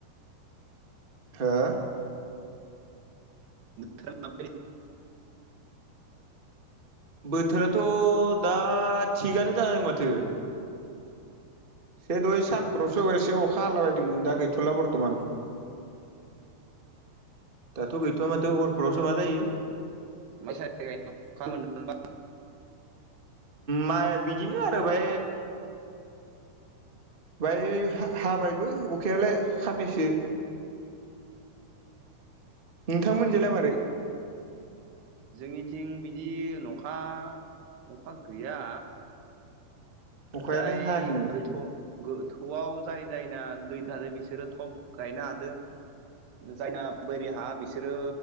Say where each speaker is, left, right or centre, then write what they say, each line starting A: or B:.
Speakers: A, on the right; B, on the right.
A: हो
B: बोथोरा माबायदि
A: बोथोराथ' दा थिगानो जादों माथो
B: औ
A: ए दहाय सानफ्रावसो एसे अखा हाला बायदोंमोन दा गैथ'ला बरथ'मान
B: अ
A: दाथ' गैथ'आ माथो हरफोरावसो मा जायो
B: <unintelligible>
A: मा बिदिनो आरो बे बाङाइ हाबायबो अखायालाय साननैसो नोंथांमोनजोंलाय मारै
B: जोंनिथिं बिदि अखा अखा गैया
A: अखायानो
B: जाय
A: हायाखै नामा
B: गोथौ गोथौआव जाय जायना दै थादो बिसोरो थब गायनो हादों जायना बोरि हा बिसोरो